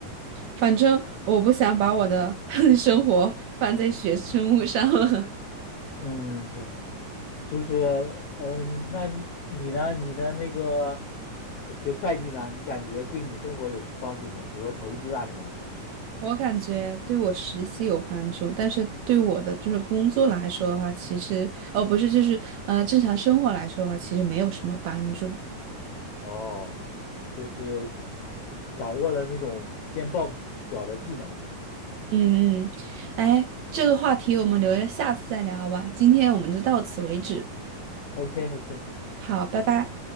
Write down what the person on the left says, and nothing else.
嗯，对，就是嗯，那你呢？你的那个呃学会计呢？你感觉对你生活有什么帮助没有？比如说投资啊什么的。
哦，就是掌握了那种编报表的技能。
OK OK，